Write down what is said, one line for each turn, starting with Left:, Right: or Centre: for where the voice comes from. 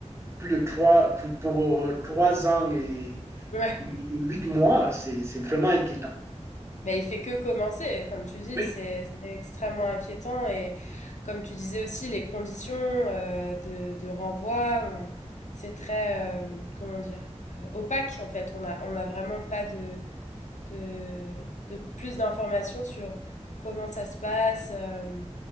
Right: plus de trois, pour, pour, euh, trois ans et,
Left: Ouais.
Right: et huit mois. C'est, c'est vraiment inquiétant.
Left: Ben, il fait que commencer, comme tu dis,
Right: Oui,
Left: c'est c'est extrêmement inquiétant. Et comme tu disais aussi, les conditions euh, de, de renvoi, on- c'est très, euh, comment dire, euh, opaque en fait. On a, on a vraiment pas de... de, de plus d'informations sur comment ça se passe. euh,